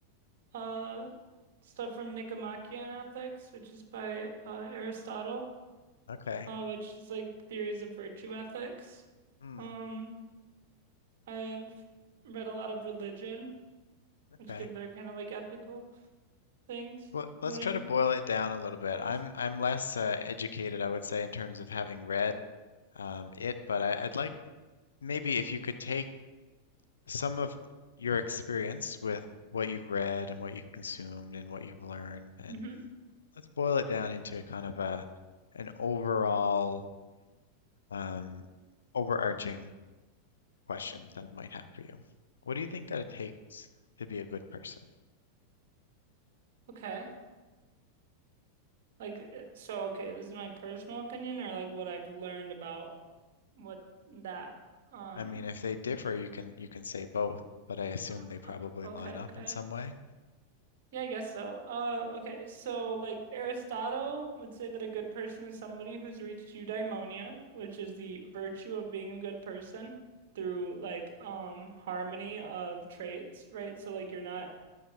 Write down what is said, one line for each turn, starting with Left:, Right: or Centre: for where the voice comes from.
Right: uh stuff from Nicomachean Ethics, which is by uh Aristotle,
Left: Okay.
Right: uh which is like theories of virtue ethics.
Left: Hmm.
Right: Um, I've read a lot of religion,
Left: Okay.
Right: which give their kind of like ethical things.
Left: Well, let's
Right: You know what
Left: try
Right: I mean?
Left: to boil it down a little bit.
Right: Rules.
Left: I'm I'm less uh, educated, I would say, in terms of having read um, it, but I, I'd like maybe if you could take some of your experience with what you've read and what you've consumed and what you've learned and
Right: hmm
Left: let's boil it down into a kind of a an overall um, overarching question that I might have for you. What do you think that it takes to be a good person?
Right: Okay. Like uh, so okay, this is my personal opinion or like what I've learned about what that um
Left: I mean, if they differ, you can you can say both, but I assume
Right: Uh,
Left: they probably
Right: uh, okay,
Left: line
Right: okay.
Left: up in some way.
Right: Yeah, I guess so. Uh, okay, so like Aristotle would say that a good person is somebody who's reached eudaimonia, which is the virtue of being a good person through like um harmony of traits, right? So like you're not